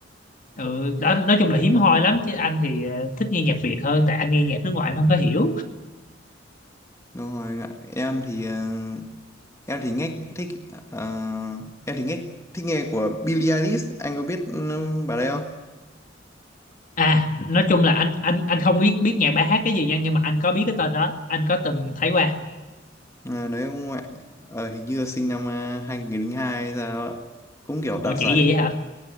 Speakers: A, on the left; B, on the left.
A: ừ đó nói chung là hiếm hoi lắm chứ anh thì ờ, thích nghe nhạc Việt hơn tại anh nghe nhạc nước ngoài anh không có hiểu
B: đúng rồi anh ạ em thì ờ, em thì nghe thích ờ, em thì nghe thích nghe của Billie Eilish anh có biết um, bà đây không
A: à nói chung là anh anh anh không biết biết nhạc bài hát cái gì nha nhưng mà anh có biết cái tên đó anh có từng thấy qua
B: Ờ, đấy không ạ Ờ, hình như là sinh năm uh, 2002 hay sao ạ cũng kiểu
A: ủa
B: đạt giải
A: chị gì hả